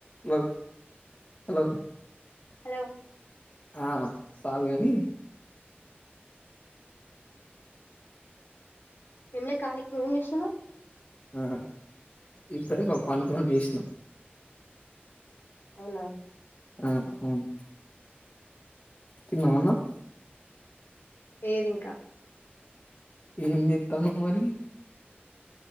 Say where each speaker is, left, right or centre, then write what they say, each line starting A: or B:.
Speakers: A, on the left (about 40°); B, on the left (about 65°).
A: Hello hello
B: hello
A: ఆహా సాలుగాని
B: ఏంలే ఖాళీ నువ్ ఏం చేస్తున్నావ్
A: ఆ ఇప్పు ప పండుకొని లేష్నా
B: అవునా
A: ఆ అవును తిన్నావఅన్నం
B: లేదింకా
A: ఏం జెథనావ్ మరి